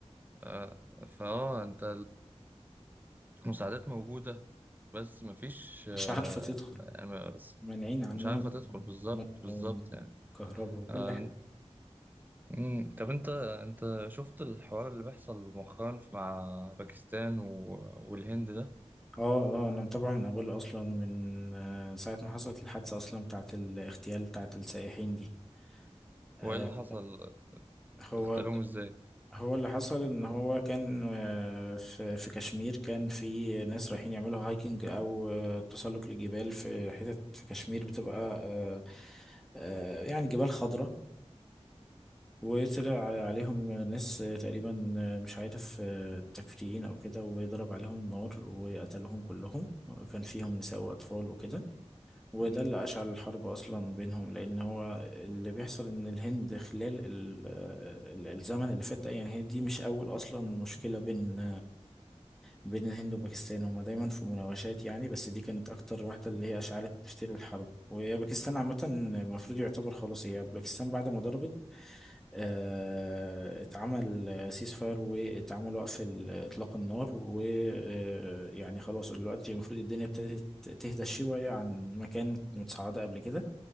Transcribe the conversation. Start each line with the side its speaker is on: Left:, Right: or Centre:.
Right: آه، فأه أنت مساعدات موجودة بس مفيش
Centre: مش
Right: آه،
Centre: عارفة تدخل
Right: يعني بس
Centre: مانعين عنهم
Right: مش عارفة تدخل بالظبط
Centre: المادة
Right: بالظبط يعني
Centre: والكهرباء وكل
Right: آه،
Centre: حاجة
Right: مم. طب انت انت شفت الحوار اللي بيحصل مؤخرا في- مع باكستان و- والهند ده
Centre: اه اه انا متابعه من قبل اصلا من آه، ساعة ما حصلت الحادثة اصلا بتاعة الاغتيال بتاعة السائحين دي آه،
Right: وايه اللي حصل
Centre: هو
Right: اغتالوهم ازاي
Centre: هو اللي حصل ان هو كان آه، في في كشمير كان في ناس رايحين يعملوا هايكنج او آه، تسلق للجبال في حتت في كشمير بتبقى آه، آه، يعني جبال خضراء وطلع عليهم ناس تقريبا مش عارف تكفيريين او كده وضرب عليهم نار وقتلهم كلهم كان فيهم نساء واطفال وكده وده
Right: مم.
Centre: اللي اشعل الحرب اصلا بينهم لان هو اللي بيحصل ان الهند خلال ال- آه، ال- الزمن اللي فات ده يعني هي دي مش اول اصلا مشكلة بين بين الهند وباكستان هما دايما في مناوشات يعني بس دي كانت اكتر واحدة اللي هي اشعلت فتيل الحرب وهي باكستان عامة المفروض يعتبر خلاص هي باكستان بعد ما ضربت آه، اتعمل سيس فاير واتعمل وقف ال- اطلاق النار ويعني خلاص دلوقتي المفروض الدنيا ابتدت تهدى شوية عن ما كانت متصاعدة قبل كده